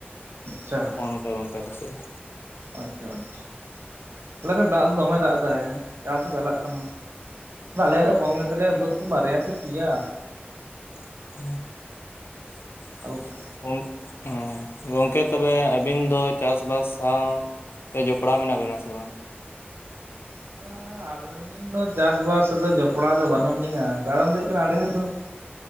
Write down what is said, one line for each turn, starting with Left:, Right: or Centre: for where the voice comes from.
Right: <unintelligible>
Left: <unintelligible> ᱱᱚᱠᱟ ᱜᱚᱝᱠᱮ ᱟᱞᱮ ᱥᱮᱫ ᱫᱚ
Right: ᱟᱪᱪᱷᱟ ᱟᱪᱪᱷᱟ <unintelligible> ᱫᱟᱜ ᱫᱚ ᱫᱚᱢᱮ ᱫᱟᱜ ᱮᱫᱟᱭ ᱪᱟᱥ ᱦᱚᱸ ᱪᱟᱞᱟᱜ ᱠᱟᱱᱟ᱾ ᱟᱞᱮᱭᱟᱜ ᱫᱚ ᱠᱚᱢ ᱜᱮᱛᱟᱞᱮᱭ ᱵᱟᱹᱫᱽ ᱠᱚ ᱵᱟᱨᱭᱟ ᱥᱮ ᱯᱤᱭᱟ
Left: <unintelligible>
Right: ᱦᱟᱞᱠᱟ
Left: ᱦᱚᱸ ᱜᱚᱝᱠᱮ ᱛᱚᱵᱮ ᱟᱹᱵᱤᱱ ᱫᱚ ᱪᱟᱥ ᱵᱟᱥ ᱥᱟᱶ <unintelligible> ᱡᱚᱯᱲᱟᱣ ᱢᱮᱱᱟᱜ ᱵᱮᱱᱟ ᱥᱮ ᱵᱟᱝ
Right: <unintelligible> <unintelligible> ᱪᱟᱥ ᱵᱟᱥ ᱨᱮᱫᱚ ᱡᱚᱯᱲᱟᱣ ᱫᱚ ᱵᱟᱹᱱᱩᱜ ᱞᱤᱧᱟᱹ ᱠᱟᱨᱚᱱ ᱫᱚ ᱦᱩᱭᱩᱜ ᱠᱟᱱᱟ ᱟᱞᱮ ᱢᱤᱫ ᱴᱟᱝ,